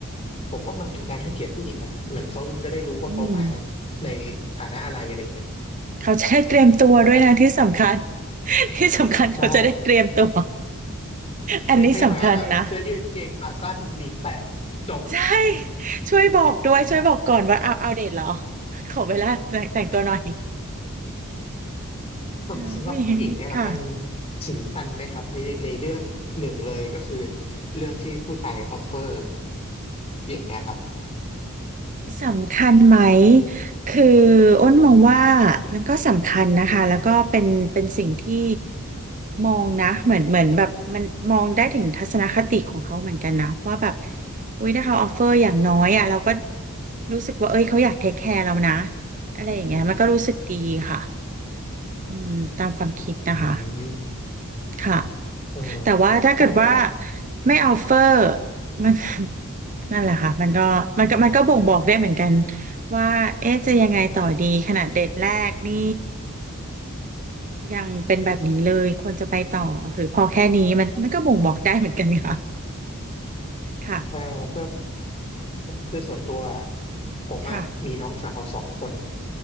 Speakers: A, on the left; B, on the right.
A: ผมว่ามันเป็นการให้เกียรติผู้หญิงนะเหมือนเขาจะได้รู้ว่าเขามา
B: อืม
A: ในฐานะอะไรอะไรเงี้ย
B: เขาจะได้เตรียมตัวด้วยนะที่สำคัญ
A: ฐานะ
B: <laughs> ที่สำคัญเขาจะได้เตรียมตัว
A: ใช่
B: อันนี้สำคัญนะ
A: ไม่ใช่มาแบบเสื้อยืดเกงขาสั้นหนีบแตะจบ
B: ใช่ช่วยบอกด้วยช่วยบอกก่อนว่าเอาเอาเดทเหรอขอเวลาแต่งแต่งตัวหน่อย
A: สำสำหรับผู้หญิงอ่ะมัน
B: อ่าผู้หญิงค่ะ
A: สำคัญไหมครับในในเรื่องหนึ่งเลยก็คือเรื่องที่ผู้ชายออฟเฟอร์อย่างเงี้ยครับ
B: สำคัญไหมคืออ้นมองว่ามันก็สำคัญนะคะแล้วก็เป็นเป็นสิ่งที่มองนะเหมือนเหมือนแบบมันมองได้ถึงทัศนคติของเขาเหมือนกันนะว่าแบบอุ๊ยถ้าเขาออฟเฟอร์อย่างน้อยอ่ะเราก็รู้สึกว่าเอ้ยเขาอยากเทคแคร์เรานะอะไรอย่างเงี้ยมันก็รู้สึกดีค่ะอืมตามความคิดนะคะ
A: อืม
B: ค่ะ
A: เออ
B: แต่ว่าถ้าเกิดว่า
A: ใช่เพราะ
B: ไม่ออฟเฟอร์มัน <laughs> นั่นแหละค่ะมันก็มันก็มันก็บ่งบอกได้เหมือนกันว่าเอ๊ะจะยังไงต่อดีขนาดเดทแรกนี่ยังเป็นแบบนี้เลยควรจะไปต่อหรือพอแค่นี้มันมันก็บ่งบอกได้เหมือนกันค่ะค่ะ
A: เออ คือคือส่วนตัวอะผมอ่ะมีน้องสาวสองคนไง
B: ค่ะ